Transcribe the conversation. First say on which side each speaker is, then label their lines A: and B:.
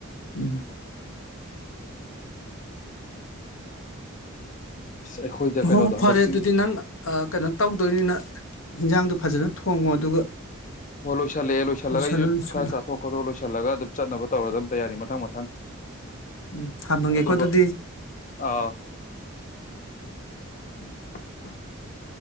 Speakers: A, on the left; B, on the left.
A: ꯎꯝ
B: <inaudible> ꯑ ꯑꯩꯈꯣꯏꯗ
A: ꯍꯣ
B: ꯀꯩꯅꯣꯗꯣ
A: ꯍꯣ ꯐꯔꯦ
B: ꯍꯟꯗꯛ ꯆꯤ
A: ꯑꯗꯨꯗꯤ ꯅꯪ ꯑ ꯀꯩꯅꯣ ꯇꯧꯗꯣꯏꯅꯤꯅ ꯍꯤꯟꯖꯥꯡꯗꯣ ꯐꯖꯅ ꯊꯣꯡꯉꯣ ꯑꯗꯨꯒ
B: ꯍꯣꯏ ꯂꯣꯏꯁꯤꯜꯂꯦ ꯂꯣꯏꯁꯤꯜꯂꯒ
A: ꯂꯣꯏꯁꯤꯜꯂꯣ
B: ꯑꯩꯁꯨ
A: ꯂꯣꯏꯁꯤꯜꯂꯣ
B: ꯈꯔ ꯆꯥꯊꯣꯛ ꯈꯣꯊꯣꯛ ꯂꯣꯏꯁꯤꯜꯂꯒ ꯑꯗꯨꯝ ꯆꯠꯅꯕ ꯇꯧꯔ ꯑꯗꯨ ꯑꯝꯇꯌꯥꯔꯤ ꯃꯊꯪ ꯃꯊꯪ
A: ꯎꯝ ꯊꯃꯒꯦꯀꯣ
B: ꯑꯗꯨꯒ
A: ꯑꯗꯨꯗꯤ <inaudible>
B: ꯑꯥ <inaudible>